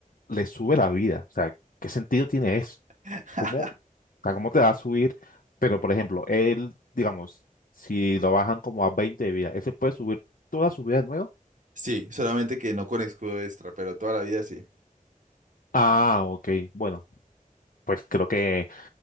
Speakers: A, on the left; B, on the right.
A: le sube la vida. O sea, ¿qué sentido tiene eso?
B: <laughs>
A: ¿Cómo, o sea, cómo te va a subir? Pero, por ejemplo, él, digamos, si lo bajan como a 20 de vida, ¿ese puede subir toda su vida de nuevo?
B: Sí, solamente que no con escudo extra, pero toda la vida sí.
A: Ah, ok. Bueno, pues creo que